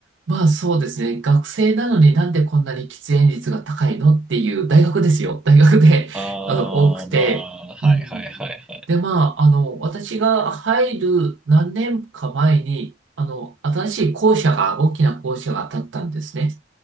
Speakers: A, on the right; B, in the centre.
A: まあそうですね。学生なのになんでこんなに喫煙率が高いのっていう大学ですよ。大学で、
B: ああ、
A: あの、多くて、
B: まあ、はいはいはいはい。
A: うん。で、まあ、あの、私が入る何年か前に、あの、新しい校舎が、大きな校舎が建ったんですね。